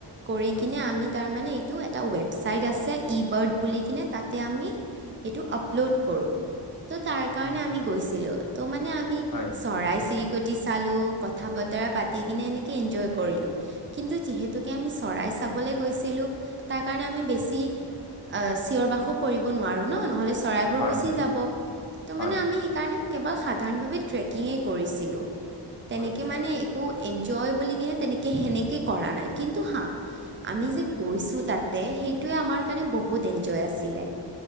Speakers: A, on the right (about 25°); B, on the left (about 60°).
A: কৰি
B: আচ্ছা
A: কিনে আমি তাৰমানে এইটো এটা ৱেবছাইট আছে ই বাৰ্ড বুলি কিনে তাতে আমি এইটো আপলোড কৰোঁ ত' তাৰ কাৰণে
B: অ
A: আমি গৈছিলোঁ। ত' মানে আমি
B: হয়
A: চৰাই চিৰিকটি চালোঁ কথা বত বাতি কিনে এনেকে এনজয় কৰিলোঁ কিন্তু যিহেতুকে আমি চৰাই চাবলৈ গৈছিলো তাৰ কাৰণে আমি বেছি চিঞৰ বাখৰ কৰিব নোৱাৰোঁ ন নহ'লে চৰাইবোৰ
B: হয়
A: গুচি
B: হয়
A: যাব তো
B: হয়
A: মানে আমি সেইকাৰণে কেৱল সাধাৰণভাৱে ট্ৰেকিঙে কৰিছিলোঁ তেনেকে
B: আচ্ছা
A: মানে একো। এন্জয় বুলি কিনে তেনেকে সেনেকে কৰা নাই কিন্তু হা আমি যে গৈছো তাতে সেইটোয়ে আমাৰ কাৰণে বহুত এনজয় আছিলে।